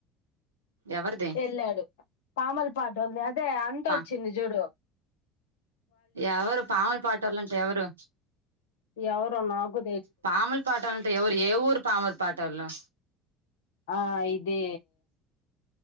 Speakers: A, on the right (about 80°); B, on the left (about 70°).
A: ఎవరిది
B: ఎళ్ళాడు పామురు పాట్వల్ది అదే అనితావొచ్చింది
A: పా
B: జూడు.
A: ఎవరు పామురు పాటోళంటే ఎవరు
B: ఎవరో నాగు
A: పామురు పాటోళంటే ఎవరు ఏ ఊరు పామురు పాటోళ్ళు.
B: ఆ ఇదీ